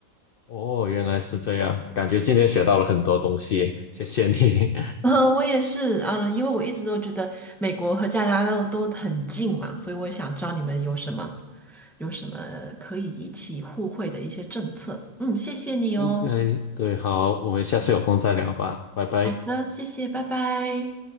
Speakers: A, on the left (about 85°); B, in the centre.
A: 哦，原来是这样，感觉今天学到了很多东西，谢谢你。
B: 呃，我也是，嗯、因为我一直都觉得美国和加拿大都很近嘛，所以我也想知道你们有什么有什么可以一起互惠的一些政策。嗯，谢谢你哦。
A: 应该对，好，我们下次有空再聊吧，拜拜。
B: 好的，谢谢，拜拜。